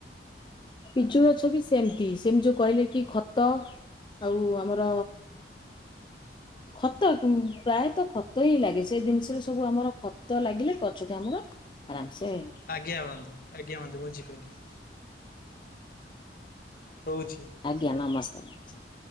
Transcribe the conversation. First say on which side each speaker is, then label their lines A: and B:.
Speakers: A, on the left; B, on the left.
A: ପିଚୁ ଗଛ ବି ସେମିତି ସେମିତି ଯୋଉ କହିଲେ କି ଖତ ଆଉ ଆମର ଖତ ଉ ପ୍ରାୟତଃ ଖତ ହିଁ ଲାଗେ ସେ ଜିନିଷରେ ସବୁ ଆମର ଖତ ଲାଗିଲେ ଗଛଟି ଆମର ଆରାମ ସେ
B: ଆଜ୍ଞା ବନ୍ଧୁ ଆଜ୍ଞା ବନ୍ଧୁ ବୁଝିପାଇଲି ରହୁଛି।
A: ଆଜ୍ଞା ନମସ୍କାର ନମସ୍କାର